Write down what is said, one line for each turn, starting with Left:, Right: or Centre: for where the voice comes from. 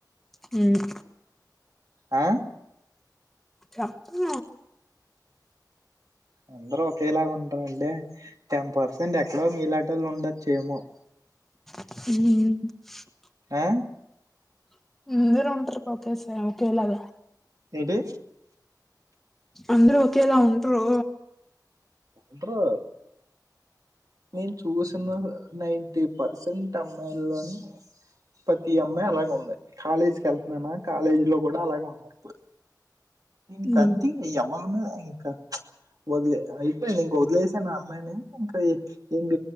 Centre: అమ్
Right: ఆ
Centre: చెప్పు
Right: అందరూ ఒకేలాగా ఉంటారు అంటే టెన్ పర్సెంట్ ఎక్కడో మీలాంటి వొళ్ళు ఉండొ చేమో
Centre: పుమ్
Right: ఆ
Centre: <unintelligible> తిరుపతి వస్తాం ఓకేలాగా
Right: ఏంటి
Centre: అందరూ ఒకేలా ఉంటారు
Right: ఉంటరు నేను చూసిన నైటీ పర్సెంట్ అమ్మాయిలోని ప్రతి అమ్మాయి అలాగ ఉంది కాలేజీకి వెళ్తున్నానా కాలేజీ లో కూడా అలాగే ఉన్నారు ఇప్పుడు ఇంకా
Centre: ఉమ్
Right: అంతే ఎవరి మీద ఇంకా వదిలే అయిపోయింది ఇంక వదిలేసాను అమ్మాయిని ఇంకా ఇంక